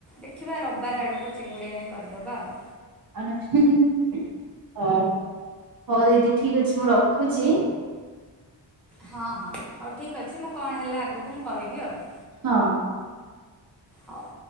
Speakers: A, in the centre; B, on the right.
A: ଦେଖିବା ରବିବାରେ ଆଡ଼କୁ ଚିଙ୍ଗୁଡ଼ି ଆଣି କରିଦବା ଆଉ।
B: ଆଣି ହି ହି ହ ହୋଉ ଦିଦି ଠିକ ଅଛି ମୁଁ ରଖୁଚି।
A: ହଁ ହଁ ହୋଉ ଠିକଅଛି ମୁଁ କଣ ହେଲା ଆଗକୁ ମୁଁ କହିବି ଆଉ।
B: ହଁ।
A: ହଉ